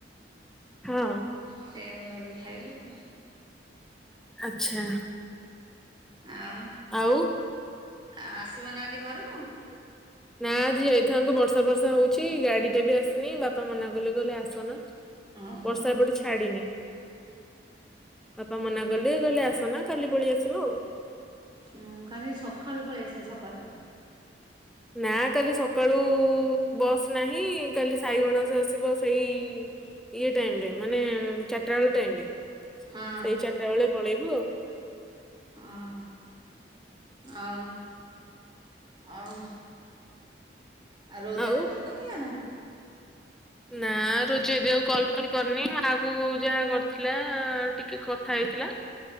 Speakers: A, in the centre; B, on the right.
A: ହଁ।
B: ସେଇଆକୁ ଲଗେଇକି ଖାଇଲୁ ଆଉ।
A: ଆଚ୍ଛା।
B: ଆଉ
A: ଆଉ
B: ଆଉ ଆସିବ ନା ଆଜି ଘରକୁ?
A: ହୁ ହୁଁ। ନା ଆଜି ଯାଇଥାନ୍ତୁ ବର୍ଷା ବର୍ଷା ହଉଚି ଗାଡି ଟା ବି ଆସିନି, ବାପା ମନା କଲେ କହିଲେ ଆସନା।
B: ଓହୋ
A: ବର୍ଷା ଏପଟେ ଛାଡିନି। ବାପା ମନା କଲେ କହିଲେ ଆସନା କାଲି ପଳେଇ ଆସିବ ଆଉ।
B: ହଁ କାଲି ସଖାଳୁ ପଳେଇ ଆସିବେ ସକାଳ ଓଳିଆ।
A: ନା କାଲି ସକାଳୁ ବସ୍ ନାହିଁ କାଲି ସାଇଗଣସ ଆସିବ ସେଇ ଇଏ ଟାଇମ୍ ରେ ମାନେ ଚାରିଟା ବେଳ ଟାଇମରେ
B: ହଁ
A: ସେଇ ଚାରିଟା ବେଳେ ପଳେଇବୁ ଆଉ।
B: ଅଁ ହଁ ଆଉ। ଆ ଆଉ ରୋଜା
A: ଆଉ
B: ଫୋନ କରିଥିଲା ନା।
A: ନା ରୋଜ ଏବେ ଆଉ କଲ ଫଲ କରିନି ମାକୁ ଯାହା କରିଥିଲା ଟିକେ କଥା ହେଇ ଥିଲା।